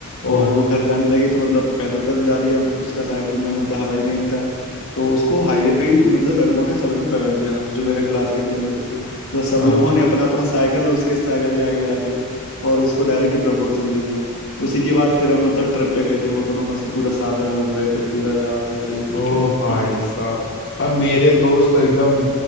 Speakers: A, on the left; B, on the left.
A: ओ
B: और वो घर जाने लगी तो मतलब पैदल पैदल जा रही है अब उसका साइकिल में मतलब हवा ही नहीं था तो उसको हाईवे पे ही मतलब लड़कों ने सबने पकड़ लिया जो मेरे क्लासिकल बंदे थे मतलब सब
A: हाँ
B: लोगों ने अपना अपना साइकिल उसके साइकिल के आगे लगा दिया और उसको डायरेक्ट प्रपोजल दे दिया उसी के बाद फिर हम मतलब ट्रिप पे गए थे वो दोनों मस्त पूरा साथ में घूम रहे थे पूरा रात ऐसे ही
A: ओ
B: करके
A: भाई
B: <laughs>
A: साहब अब मेरे दोस्त तो एकदम